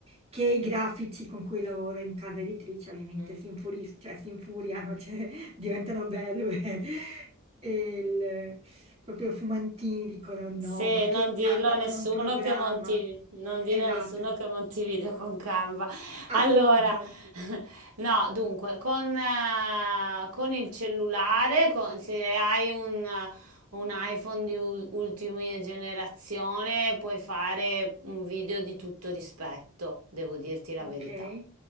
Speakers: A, on the right (about 30°); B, on the right (about 85°).
A: Che i grafici con cui lavoro in casa editrice ovviamente
B: mm.
A: si infuris cioè si infuriano, cioè <laughs> diventano belve e il proprio Fumantini dicono: "No,
B: Se
A: ma che
B: non dirlo
A: calvano
B: a nessuno
A: da un programma".
B: che Monti, non dire
A: Esatto,
B: a nessuno che Montevideo con Canva.
A: appunto.
B: Allora, <laughs> no, dunque, con, eh, con il cellulare, con- se hai un, eh, un iPhone di u- ultima generazione, puoi fare un video di tutto rispetto, devo dirti la
A: Okay.
B: verità.